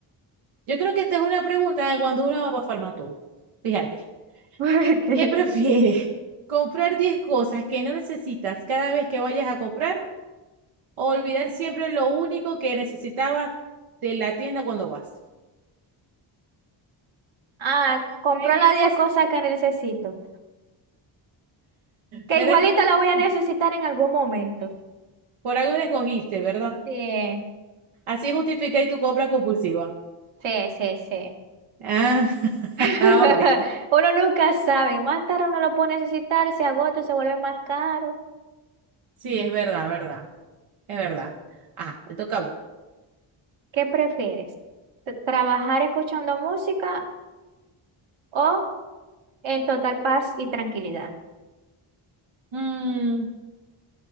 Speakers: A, on the right (about 85°); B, on the right (about 70°).
A: yo creo que esta es una pregunta de cuando uno va para Farmatodo. Fíjate,
B: porque-
A: ¿qué prefieres? <laughs> ¿Comprar 10 cosas que no necesitas cada vez que vayas a comprar? Olvidar siempre lo único que necesitaba de la tienda cuando vas.
B: Ah,
A: Oh,
B: compró
A: hay diez
B: las 10
A: cosas,
B: cosas que necesito. Que
A: ¿verdad
B: igualito
A: que una-
B: las voy a
A: sí,
B: necesitar en algún momento.
A: por algo la escogiste, ¿verdad?
B: Sí,
A: Así justificáis tu compra compulsiva.
B: sí, sí, sí.
A: Ah, <laughs>
B: <laughs>
A: ah, bueno.
B: Uno nunca sabe. Más tarde uno lo puede necesitar, se agota, se vuelve más caro.
A: Sí, es verdad, verdad. Es verdad. Ah, te toca a vos.
B: ¿Qué prefieres? ¿T- ¿Trabajar escuchando música o en total paz y tranquilidad?
A: Mm,